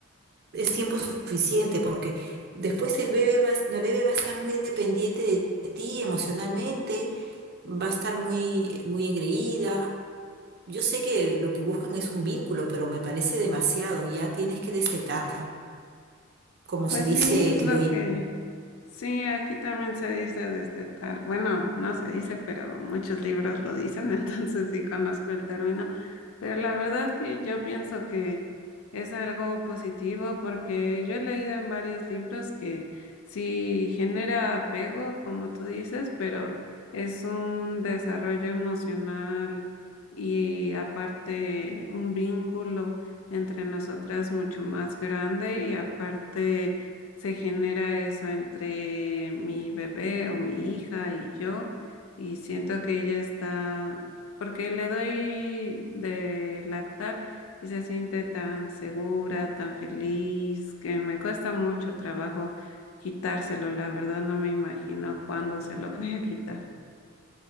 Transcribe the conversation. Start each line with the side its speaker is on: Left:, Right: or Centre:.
Right: es tiempo suficiente porque después el bebé va, a- la bebé va a estar muy dependiente de, ti emocionalmente, va a estar muy, muy engreída. Yo sé que lo que buscan es un vínculo, pero me parece demasiado. Ya tienes que destetarla, como
Left: Pues
Right: se dice
Left: sí, es
Right: criollo.
Left: lo que sí, aquí también se dice destetar. Bueno, no se dice, pero muchos libros lo dicen, <laughs> entonces sí conozco el término. Pero la verdad que yo pienso que es algo positivo porque yo he leído en varios libros que sí genera apego, como tú dices, pero es un desarrollo emocional y aparte un vínculo entre nosotras mucho más grande y aparte se genera eso entre mi bebé o mi hija y yo, y siento que ella está, porque le doy de lactar y se siente tan segura, tan feliz, que me cuesta mucho trabajo quitárselo, la verdad no me imagino cuándo se lo <laughs> voy a quitar.